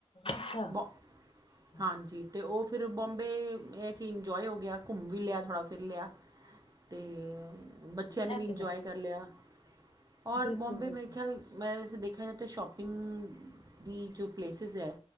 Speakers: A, on the left; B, on the right.
A: ਅੱਛਾ।
B: <unintelligible>
A: ਹੂੰ,
B: ਹਾਂਜੀ ਤੇ ਉਹ ਫਿਰ ਬੋਂਬੇ ਇਹ ਕਿ ਇੰਜੋਏ ਹੋ ਗਿਆ ਘੁੰਮ ਵੀ ਲਿਆ ਥੋੜ੍ਹਾ ਫਿਰ ਲਿਆ। <unintelligible> ਤੇ ਬੱਚਿਆਂ ਨੇ
A: ਇਹ
B: ਵੀ ਇੰਜੋਏ
A: ਤੇ ਹੈ
B: ਕਰ ਲਿਆ ਔਰ
A: ਬਿਲਕੁਲ,
B: ਬੋਂਬੇ
A: ਬਿਲਕੁਲ
B: ਮੇਰੇ ਖਿਆਲ। ਮੈਂ ਵੈਸੇ ਦੇਖਿਆ ਜਾਏ ਤਾਂ ਸ਼ੋਪਿੰਗ ਦੀ ਜੋ ਪਲੇਸਿਸ ਹੈ